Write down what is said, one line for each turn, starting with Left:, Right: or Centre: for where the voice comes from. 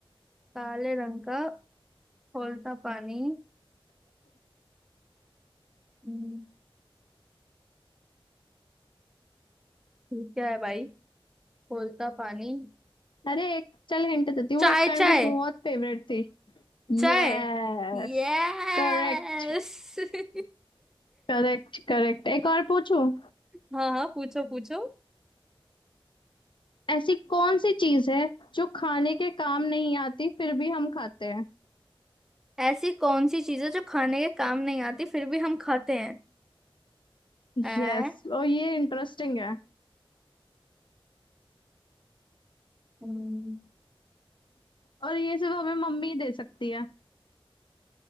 Centre: काले रंग का खौलता पानी हम्म, ये क्या है भाई खौलता पानी
Left: अरे एक चल हिंट देती हूँ,
Centre: चाय
Left: वो एक टाइम
Centre: चाय
Left: पे बहुत फेवरेट थी
Centre: चाय
Left: यस
Centre: यस
Left: करेक्ट
Centre: <laughs>
Left: करेक्ट करेक्ट एक और पूछूं
Centre: हाँ हाँ पूछो पूछो
Left: ऐसी कौन सी चीज है जो खाने के काम नहीं आती फिर भी हम खाते हैं
Centre: ऐसी कौन सी चीजें जो खाने के काम नहीं आती फिर भी हम खाते हैं ऐ
Left: यस और ये इंटरेस्टिंग है
Centre: हम्म,
Left: और ये सिर्फ हमें मम्मी ही दे सकती है